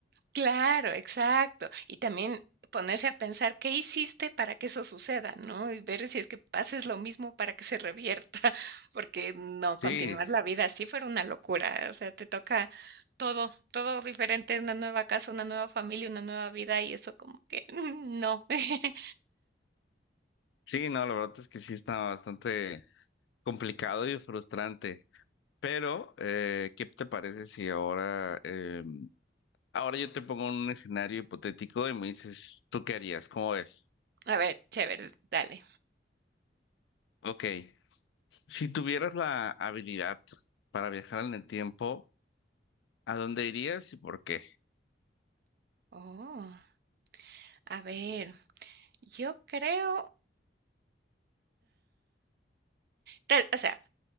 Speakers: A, on the right; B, on the left.
A: Claro, exacto. Y también ponerse a pensar qué hiciste para que eso suceda, ¿no? Y ver si es que haces lo mismo para que se revierta, <laughs> porque no, continuar
B: Sí,
A: la vida así fuera una locura. O sea, te toca todo, todo diferente, una nueva casa, una nueva familia, una nueva vida, y eso como que <laughs> no. <laughs>
B: sí, no, la verdad es que sí está bastante complicado y frustrante. Pero, eh, ¿qué te parece si ahora, eh, ahora yo te pongo un escenario hipotético y me dices, ¿tú qué harías? ¿Cómo ves?
A: A ver, chévere, dale.
B: Ok, si tuvieras la habilidad para viajar en el tiempo, ¿A dónde irías y por qué?
A: Oh, a ver, yo creo, tal- o sea,